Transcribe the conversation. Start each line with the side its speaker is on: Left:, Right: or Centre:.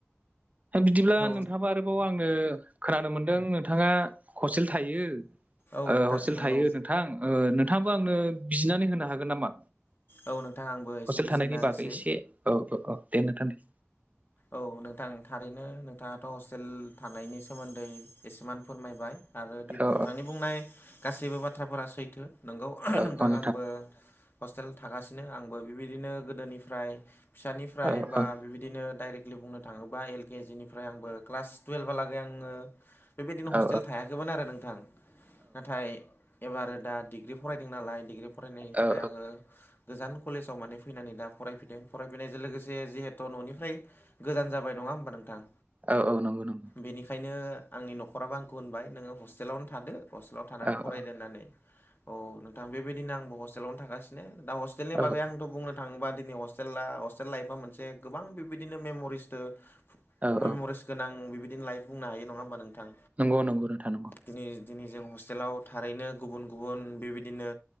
Right: बिदिब्ला
Left: औ
Right: नोंथाङाबा आरोबाव आंनो खोनानो मोनदों नोंथाङा हस्टेल थायो।
Left: औ
Right: ओ
Left: नोंथां
Right: हस्टेल
Left: नंगौ
Right: थायो नोंथां ओ नोंथांङाबो आंनो बिजनानै होनो हागोन नामा?
Left: औ नोंथां आंबो एसे
Right: हस्टेल
Left: बिजिरना
Right: थानायनि
Left: होनोसै
Right: बागै एसे औ औ औ दे नोंथां दे
Left: औ नोंथां थारैनो नोंथाङाथ' हस्टेल थानायनि सोमोन्दै एसेमान फोरमायबाय। आरो दिनै
Right: औ
Left: नोंथांनि बुंनाय गासैबो बाथ्राफोरा सैथो। नोंगौ
Right: औ
Left: नोंथां
Right: औ
Left: आंबो हस्टेल थागासिनो आंबो बेबायदिनो गोदोनिफ्राय फिसानिफ्राय
Right: औ
Left: बा
Right: औ
Left: बिबायदिनो बुनो थाङोबा एल केजिनिफ्राय आबो क्लास तुयेफआ लागे आङो बेबायदिनो हस्टेल
Right: औ
Left: थाया मोन आरो नोंथां। नाथाय एबारो दा डिग्रि फरायदों नालाय डिग्रि फरायनायनि थाखाय
Right: औ
Left: आङो गोजान कलेजाव माने फैनानै दा फरायफैदों। फरायफैनायजों लोगोसे जिहेथु न'निफ्राय गोजान जाबाय नङा होमबा नोंथां?
Right: औऔ नंगौ नंगौ
Left: बेनिखायनो आंनि न'खराबो आंखौ होनबाय नोङो हस्टेलावनो थादो। हस्टेलाव थानानै
Right: औ
Left: फराय
Right: औ
Left: दोननानै औ नोंथां बेबायदिनो आंबो हस्टेलावनो थांगासिनो दा हेल स्टेलनि
Right: औ
Left: बागै आंथ' बुंनो थाङोबा दिनै हस्टेला हस्टेल लाइफ आ मोनसे गोबां बिबायदिनो मेम' रिस्त
Right: औ
Left: मेम'रिस
Right: औ
Left: गोनां बेबायदिनो लाइफ बुंनो हायो नङा होमबा नोंथां?
Right: नंगौ नंगौ नोंथां नांगौ।
Left: दिनै दिनै जों हस्टेलाव थारैनो गुबुन गुबुन बेबायदिनो